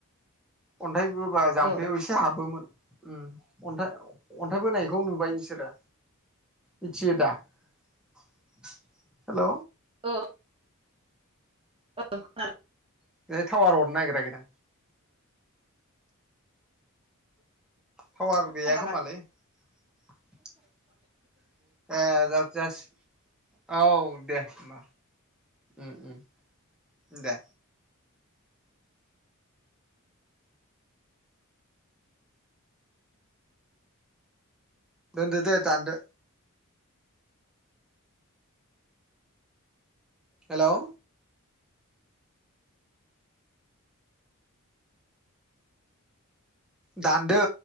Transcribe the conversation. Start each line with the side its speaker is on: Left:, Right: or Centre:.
Centre: अन्थाइबोबा जाम्फैयाव
Right: औ
Centre: एसे हाबोमोन अन्थाइ अन्थाइ बोनायखौ नुबाय नोंसोरो मिथियो दा हेल'
Right: औ औ
Centre: बे टावार अरनो नागिराखैदां टावार
Right: ओं
Centre: गैया खोमालै ए जाबाय‌ जासि औ दे होमबा उम उम दे दोन्दो दे दानदो हेल' दान्दो